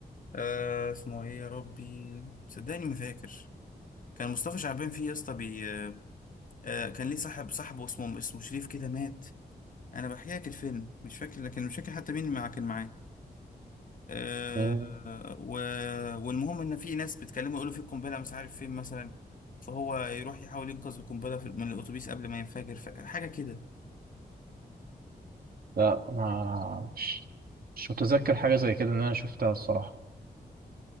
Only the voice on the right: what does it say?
مم.
لا ما مش مش متذكر حاجة زي كده ان انا شفتها الصراحة